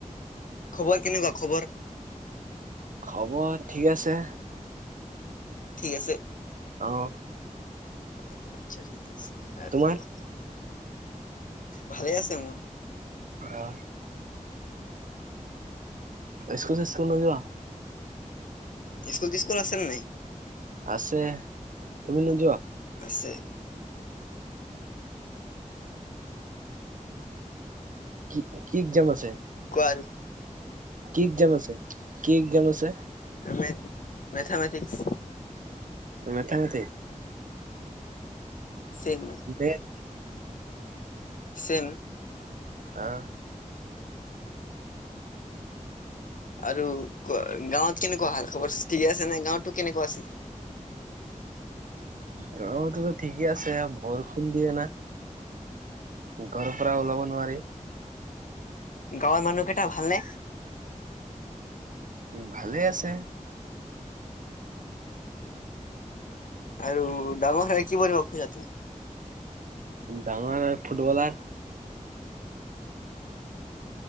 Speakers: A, on the left (about 75°); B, on the right (about 75°).
A: খবৰ কেনেকুৱা? খবৰ।
B: খবৰ ঠিক আছে।
A: ঠিক আছে।
B: আহ।
A: <unintelligible>
B: তোমাৰ?
A: ভালে আছে মোৰ।
B: অ'। স্কুল চস্কুল নযোৱা?
A: ইস্কুল চিস্কুল আছেনে নাই।
B: আছে। তুমি নোযোৱা?
A: আছে।
B: কি কি একজাম আছে?
A: কোৱা আৰু।
B: কি একজাম আছে? কি এক্জাম আছে?
A: মে মেথেমেটিক্স।
B: মেথামেথিক।
A: চিগ।
B: Math,
A: chem.
B: আ।
A: আৰু গাঁৱত কেনেকুৱা হা খবৰ ঠিকে আছে নে, গাঁৱত কেনেকুৱা আছে।
B: গাঁৱত ঠিকে আছে বৰষুণ দিয়ে না। ঘৰৰ পৰা ওলাব নোৱাৰি।
A: গাঁৱৰ মানুহ কেইটা ভালনে?
B: ভালেই আছে।
A: আৰু ডাঙৰ হ'লে কি বনিব খোজা তুমি?
B: ডাঙৰ আৰু ফুটবলাৰ।